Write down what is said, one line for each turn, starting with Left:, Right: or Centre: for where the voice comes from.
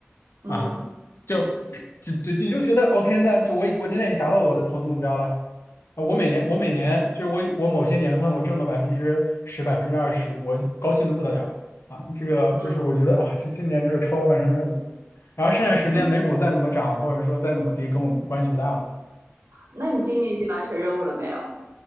Right: 嗯
Left: 啊，就就就你就觉得 OK，那就我已我今天已经达到我的投资目标了。呃我每年我每年就是我我某些年份我挣个百分之十百分之二十，我高兴的不得了啊！这个就是我觉得啊，
Right: 嗯
Left: 这今年这个超额完成任务，然后剩下时间美股再怎么涨或者说再怎么跌，
Right: 嗯，
Left: 跟我们关系不大了。
Right: 那你今年已经完成任务了没有？